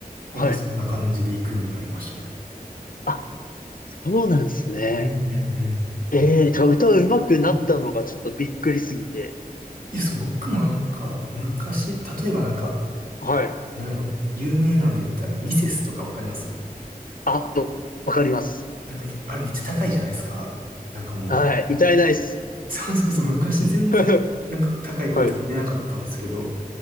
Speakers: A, on the right; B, on the left.
A: なんかそんな感じで行くようになりましたね。
B: はい。あ、そうなんですね。
A: うんうん
B: ええじゃあ歌うまくなったのがちょっとびっくりすぎて。
A: うん。いや、そう、僕もなんか、昔、例えばなんか、
B: はい。
A: なんやろ、有名なんで言ったら、ミセスとかわかります
B: あ、わわかります。
A: なんか、あれめっちゃ高いじゃないですか。なんかも
B: はい。歌えないっす。
A: う、<laughs> そうそうそう、昔全然、
B: <laughs>
A: なんか高い声とか出なかったんですけど、
B: はい。
A: も